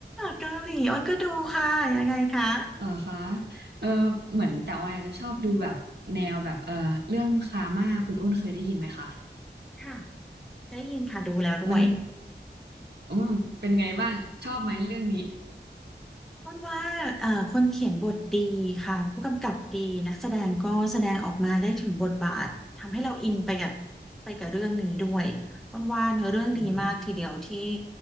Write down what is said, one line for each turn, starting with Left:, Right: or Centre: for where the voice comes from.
Centre: เกาหลีอ้นก็ดูค่ะยังไงคะ
Right: <laughs> เหรอคะเออเหมือนแต่ออยอาจจะชอบดูแบบแนวแบบเออเรื่องคาม่าคุณอ้นเคยได้ยินไหมคะ
Centre: ค่ะได้ยินค่ะดูแล้วด้วย
Right: มันอืมเป็นไงบ้างชอบไหมเรื่องนี้
Centre: ก้นว่าเอ่อคนเขียนบทดีค่ะผู้กำกับดีนักแสดงก็แสดงออกมาได้ถึงบทบาททำให้เราอินไปกับไปกับเรื่องนี้ด้วยก้นว่าเนื้อเรื่องดีมากทีเดียวที่
Right: อืม